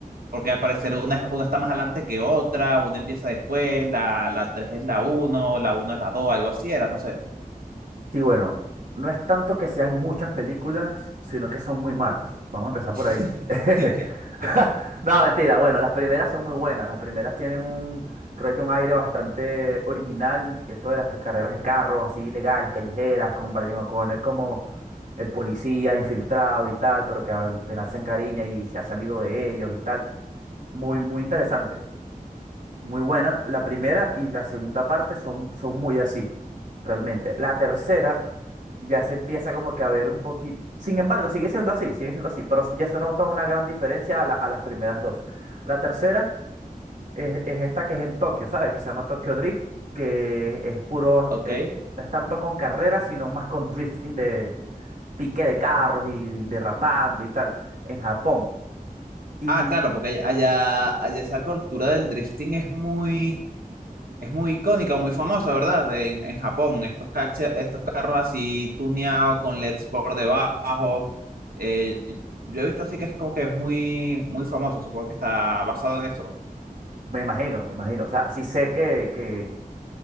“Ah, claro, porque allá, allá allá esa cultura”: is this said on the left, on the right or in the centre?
Right